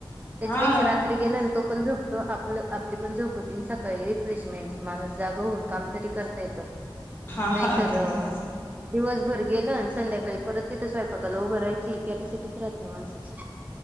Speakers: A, on the right (about 20°); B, on the left (about 25°).
A: त्याच्यापेक्षा
B: हा
A: ना त्री गेला न् आणि तो पण झोपतो आपल् आपली पण झोप होती. सकाळी रिफ्रेशमेंट माणूस जागा होऊन काम तरी करता येत.
B: हा
A: नाही
B: हा
A: तर
B: ते
A: अ्
B: हायच.
A: दिवसभर गेलं आणि संध्याकाळी परत तिथं स्वयंपाकाला उभ राहायची कॅपॅसिटीच राहत नाही माणसाची.